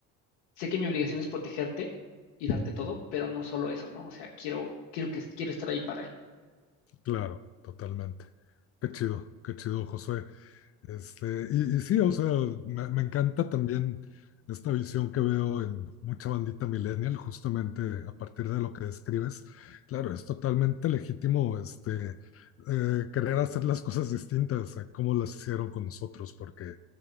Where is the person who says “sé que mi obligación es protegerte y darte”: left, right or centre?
Left